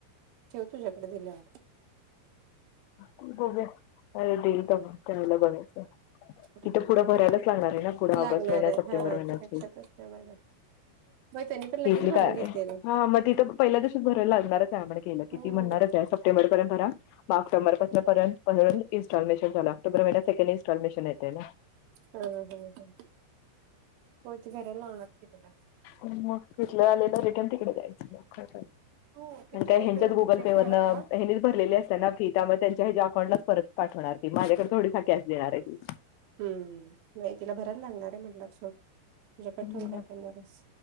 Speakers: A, on the right (about 80°); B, on the left (about 80°).
A: ठेव तुझ्याकडे दिल्यावर
B: खू गब अरे डल तम त्याला बघच.
A: हम्म.
B: तिथं पुढं भरायलाच लागणार आहे ना पुढं
A: लागणार
B: ऑगस्ट महिन्यात
A: आहे
B: सप्टेंबर
A: हा
B: महिन्याची
A: ते लक्षातच नाही माझ्या होय त्यांनी पण लगेच
B: तथली
A: भरून
B: काय
A: घेतील
B: हा मग तिथं पहिल्या दिस भरायला लागणारच आहे म्हण केलं. किती
A: हम्म
B: म्हणणारच आहे सप्टेंबर पर्यंत बरा म ऑक्टोबर इन्स्टॉलमेशन झाला त मेकंड इंस्टॉलमेशन येते ना.
A: हा हम ह होती बरला लागते पला.
B: मग तिथले आलेलं रिटर्न तिकडे जायचं मग.
A: हो किती
B: काय
A: मिनिटं
B: ह्यांच्यात
A: झाले
B: गुगल
A: चेक
B: पे वरन
A: करत
B: हनीच
A: राहा
B: भरलेले असत ना. त्यामुळे त्यांच्या ह्या अकाउंटलाच परत पाठवणार ती माझ्याकडे थोडीसा कॅश देणार आहे ती.
A: हम्म नाही तिला भरायला लागणार आहे म्हटला सोड तुझ्या कठण
B: मग
A: काय करणार्यास.